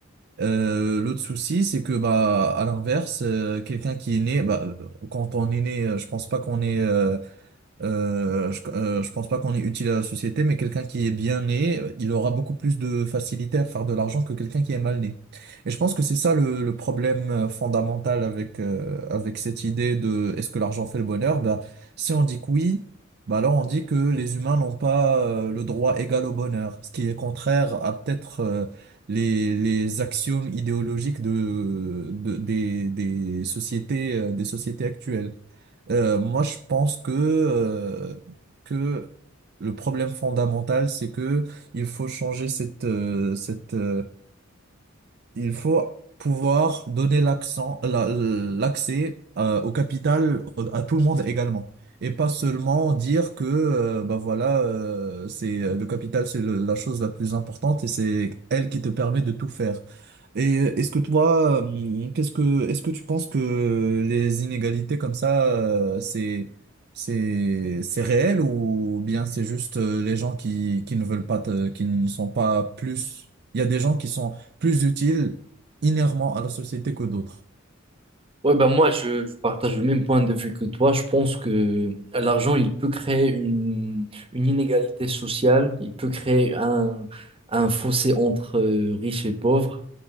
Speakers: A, on the right (about 55°); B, on the right (about 30°).
A: Euh, l'autre souci, c'est que bah à l'inverse, euh, quelqu'un qui est né, bah, euh, quand on est né, euh, je pense pas qu'on est euh, euh, je, euh, je pense pas qu'on est utile à la société, mais quelqu'un qui est bien né, il aura beaucoup plus de facilité à faire de l'argent que quelqu'un qui est mal né. Et je pense que c'est ça le, le problème euh, fondamental avec euh, avec cette idée de est-ce que l'argent fait le bonheur? Ben, si on dit que oui, ben alors on dit que les humains n'ont pas euh, le droit égal au bonheur, ce qui est contraire à peut-être euh, les les axiomes idéologiques de, de des des sociétés euh, des sociétés actuelles. Euh, moi, je pense que, euh, que le problème fondamental, c'est que il faut changer cette, euh, cette, euh, il faut pouvoir donner l'accent, euh, la- l'accès euh, au capital à tout le monde également. Et pas seulement dire que euh, bah voilà euh, c'est euh, le capital c'est le- la chose la plus importante et c'est elle qui te permet de tout faire. Et euh, est-ce que toi hum, qu'est-ce que est-ce que tu penses que les inégalités comme ça euh, c'est c'est c'est réel ou bien c'est juste euh, les gens qui qui ne veulent pas te- qui ne sont pas plus il y a des gens qui sont plus utiles inhéremment à la société que d'autres.
B: Ouais, ben moi, je, je partage le même point de vue que toi. Je pense que l'argent, il peut créer une, une inégalité sociale, il peut créer un, un fossé entre euh, riches et pauvres,